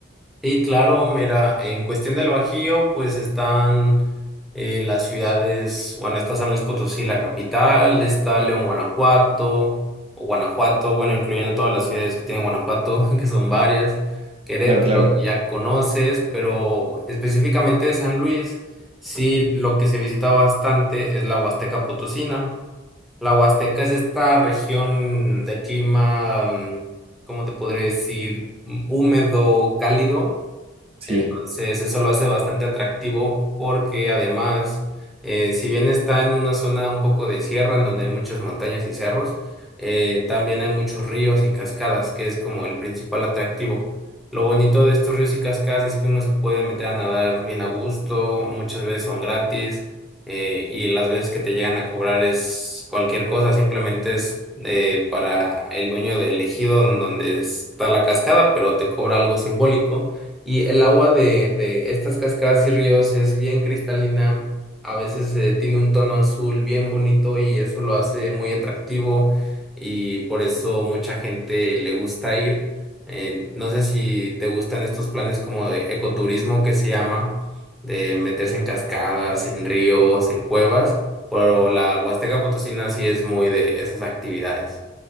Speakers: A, in the centre; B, on the right (about 30°).
A: Sí, claro, mira, en cuestión del Bajío, pues están eh, las ciudades, bueno, está San Luis Potosí, la capital, está León, Guanajuato, o Guanajuato, bueno, incluyendo todas las ciudades que tiene Guanajuato, <laughs> que son varias, Querétaro,
B: Claro, claro.
A: que ya conoces, pero específicamente de San Luis, sí, lo que se visita bastante es la Huasteca Potosina. La Huasteca es esta región de clima, mm, ¿cómo te podré decir? mm, Húmedo, cálido
B: Sí.
A: entonces, eso lo hace bastante atractivo porque además, eh, si bien está en una zona un poco de sierra, en donde hay muchas montañas y cerros, eh, también hay muchos ríos y cascadas, que es como el principal atractivo. Lo bonito de estos ríos y cascadas es que uno se puede meter a nadar bien a gusto, muchas veces son gratis, eh, y las veces que te llegan a cobrar es cualquier cosa, simplemente es eh, para el dueño del ejido en donde está la cascada, pero te cobra algo simbólico y el agua de, de estas cascadas y ríos es bien cristalina, a veces eh, tiene un tono azul bien bonito y eso lo hace muy atractivo y por eso mucha gente le gusta ir. Eh, no sé si te gustan estos planes como de ecoturismo que se llama, de meterse en cascadas, en ríos, en cuevas, pero la Huasteca Potosina sí es muy de esas actividades.